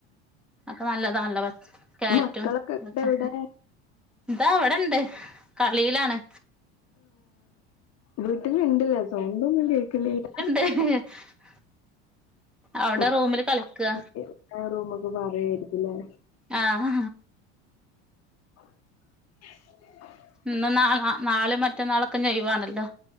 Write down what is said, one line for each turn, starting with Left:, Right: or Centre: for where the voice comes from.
Centre: ഒക്കെ നല്ലതാൺലൊ ക്യാര്റ്റും
Left: മക്കളൊക്കെ
Centre: ഇതൊക്കെ
Left: ഇവിടെ എവിടെ
Centre: ഇതാ ഇവ്ടെണ്ട് കളീലാണ്.
Left: വീട്ടിലിണ്ട്ലേ സൗണ്ടൊന്നും കേക്ക്ണില്ല.
Centre: <unintelligible> അവിടെ
Left: <unintelligible>
Centre: റൂമില് കളിക്കുക
Left: റൂമിക്ക്പറയെറ്കുംല്ലേ
Centre: ആഹ്
Left: <inaudible>
Centre: ഇന്ന് നാള നാളിം മറ്റന്നാളൊക്കെഞ്ഞ് ഒയി വാണല്ലോ?